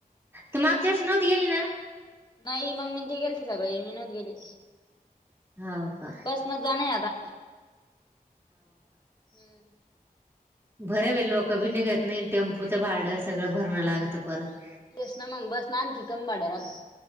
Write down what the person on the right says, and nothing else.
तू मागच्या वर्षी नव्हती गेली ना?
हो का
भरबाई लोक भि निगत नाही टेम्पूचं भाड सगळं भरणं लागतं परत.